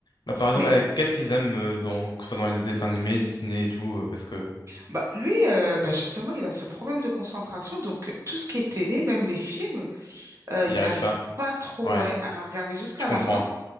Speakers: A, on the left; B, on the right.
A: Bah, par exemple,
B: Mais
A: euh, qu'est-ce qu'ils aiment euh, dans, que ce soit dans les dessins animés, Disney et tout, euh, parce que
B: bah, lui, euh, bah, justement, il a ce problème de concentration, donc tout ce qui est télé, même les films, euh,
A: il
B: il
A: arrive
B: arrive
A: pas.
B: pas trop
A: Ouais,
B: ouais, à regarder jusqu'à
A: je comprends.
B: la fin.